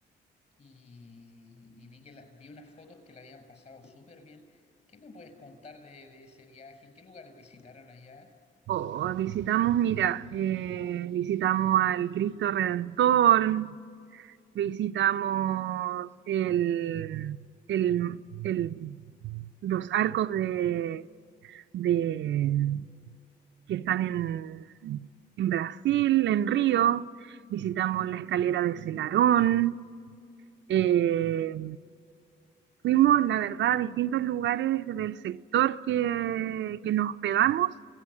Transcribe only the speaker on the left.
y, y vi que la- vi unas fotos que la habían pasado súper bien. ¿Qué me puedes contar de, de ese viaje? ¿Qué lugares visitaron allá?